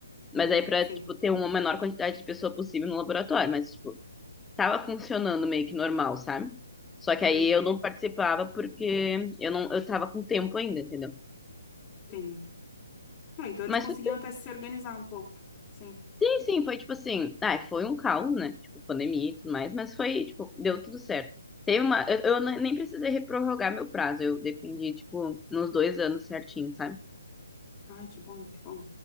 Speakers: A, in the centre; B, on the left.
A: Mas
B: uhum,
A: aí pra,
B: sim.
A: tipo, ter uma menor quantidade de pessoa possível no laboratório. Mas, tipo, tava funcionando meio que normal, sabe? Só que
B: Uhum,
A: aí eu não participava porque eu não, eu tava com tempo ainda, entendeu?
B: entendi. Ah, então eles
A: Mas
B: conseguiam
A: foi
B: até se organizar um pouco. Sim.
A: Sim, sim, foi tipo assim, ah, foi um caos, né? Tipo, pandemia e tudo mais, mas foi, tipo, deu tudo certo. Teve uma, eu, eu ne- nem precisei reprorrogar meu prazo, eu dependi, tipo, nos dois anos certinho, sabe?
B: Ai, que bom, que bom.